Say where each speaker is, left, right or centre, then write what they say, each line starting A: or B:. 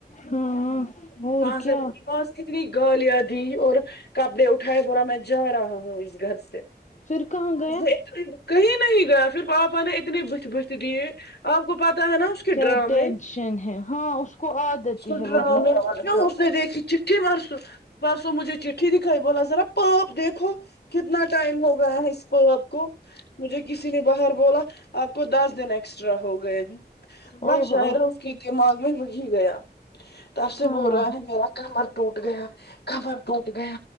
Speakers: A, on the left; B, on the left.
A: ہاں ہاں اور
B: وہاں سے
A: کیا
B: پاس اتنی گالیاں دی اور کپڑے اٹھائے بولا میں جا رہا ہوں گھر سے
A: پھر کہاں گ
B: اس نے کہیں نہیں گیا پھر پاپا نے اتنے بت بتھ دییے آپ کو پتا ہے نا اس کے
A: کیا
B: ڈرامے
A: ٹینشن
B: اس
A: ہے ہاں کو عادت
B: کے
A: ہی ہے
B: ڈرامے
A: وہ
B: اس نے دیکھی چٹھی پرسو پرسوں مجھے چٹھی دکھائی بولا ذرا پاپ دیکھو کتنا ٹائم ہو گیا ہے اس پاپ کو مجھے کسی نے باہر بولا آپ کو دس دن ایکسٹرا ہو گئے
A: او
B: بس شاعرہ
A: ہو
B: اس کے دماغ میں وہی گیا تب سے
A: ہاں
B: بول رہا ہے میرا کمر ٹوٹ گیا کمر ٹوٹ گیا